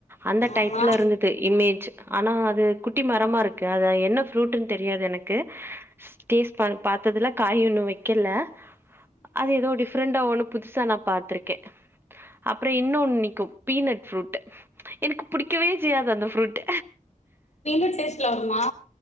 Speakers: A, on the right (about 15°); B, on the left (about 55°).
A: அந்த
B: ஆமா
A: டைப்ல இருந்தது இமேஜ் ஆனா அது குட் ட்டி மரமா இருக்கு அத என்ன ஃப்ரூட்ன்னு தெரியாது எனக்கு டேஸ்ட் ப பாத்தது இல்ல காய் இன்னு வைக்கல அது எதோ டிஃப்ரெண்டா ஒண்ணு புதுசா நா பாத்திருக்கே அப்புற இன்னொன்னு நி்க்கு பீனட் ஃப்ரூட்டு எனக்கு புடிக்கவே செய்யாது அந்த ஃப்ரூட்
B: பீனட் டேஸ்ட்ல வருமா